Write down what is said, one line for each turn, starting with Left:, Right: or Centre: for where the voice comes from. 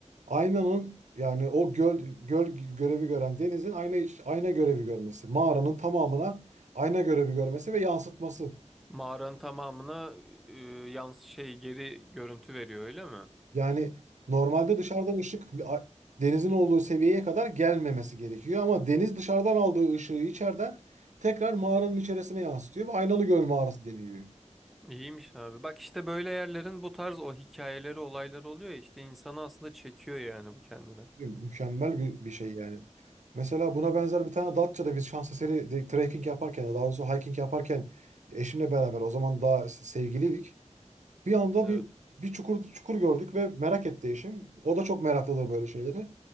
Right: aynanın yani o göl, göl görevi gören denizin ayna, ayna görevi görmesi. Mağaranın tamamına ayna görevi görmesi ve yansıtması.
Centre: Mağaranın tamamına e, yans şey geri görüntü veriyor öyle mi?
Right: Yani normalde dışarıdan ışık a- denizin olduğu seviyeye kadar gelmemesi gerekiyor. Ama deniz dışarıdan aldığı ışığı içeriden tekrar mağaranın içerisine yansıtıyor ve aynalı göl mağarası deniliyor.
Centre: İyiymiş abi. Bak işte böyle yerlerin bu tarz o hikayeleri olayları oluyor ya işte insanı aslında çekiyor yani bu kendine.
Right: Mükemmel bir, bir şey yani. Mesela buna benzer bir tane Datça'da biz şans eseri de- trekking yaparken, daha doğrusu hiking yaparken eşimle beraber o zaman daha se- sevgiliydik. Bir anda
Centre: Evet.
Right: bir bir çukur çukur gördük ve merak etti eşim. O da çok meraklıdır böyle şeyleri.